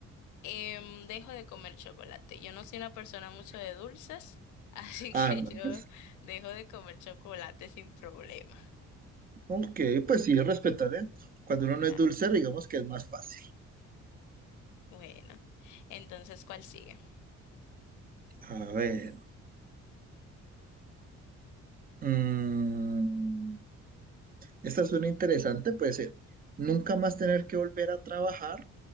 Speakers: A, on the left (about 75°); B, on the right (about 30°).
A: em, dejo de comer chocolate. Yo no soy una persona mucho de dulces, <laughs> así
B: Ah,
A: que
B: no,
A: yo
B: pues,
A: dejo de comer chocolate sin problema.
B: ok, pues sí, respetaré. Cuando uno
A: Claro.
B: no es dulcero, digamos que es más fácil.
A: Bueno, entonces, ¿cuál sigue?
B: A ver. Mm, esta suena interesante, puede ser nunca más tener que volver a trabajar